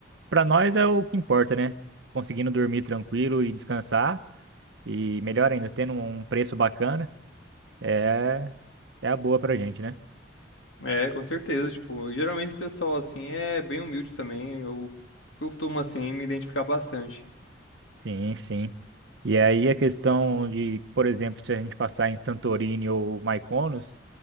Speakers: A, on the right; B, on the left.
A: pra nós é o que importa, né? Conseguindo dormir tranquilo e descansar, e melhor ainda, tendo um preço bacana, é, é a boa pra gente, né?
B: É, com certeza, tipo, geralmente esse pessoal, assim, é bem humilde também. Eu costumo, assim, me identificar bastante.
A: Sim, sim. E aí a questão de, por exemplo, se a gente passar em Santorini ou Mykonos,